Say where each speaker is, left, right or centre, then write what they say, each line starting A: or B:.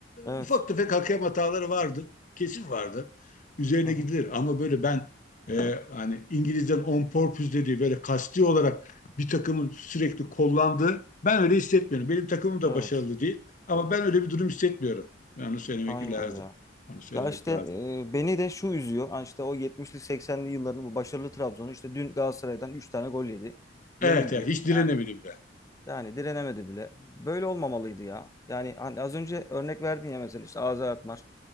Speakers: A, on the left (about 20°); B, on the left (about 45°).
A: Evet.
B: ufak tefek hakem hataları vardı. Kesin vardı. Üzerine
A: Hı hı.
B: gidilir ama böyle ben e, hani İngiliz'den on purpose dediği böyle kasti olarak bir takımın sürekli kollandığı ben öyle hissetmiyorum. Benim takımım da
A: Evet.
B: başarılı değil ama ben öyle bir durum hissetmiyorum. Yani onu söylemek
A: Aynen
B: lazım.
A: ya.
B: Onu söylemek
A: Ya işte
B: lazım.
A: e, beni de şu üzüyor. Hani işte o 70'li 80'li yılların bu başarılı Trabzon'u işte dün Galatasaray'dan 3 tane gol yedi. Yenildi.
B: Evet evet hiç direnemedim
A: Yani
B: de.
A: Yani direnemedi bile. Böyle olmamalıydı ya. Yani hani az önce örnek verdin ya mesela işte Azer Akmar.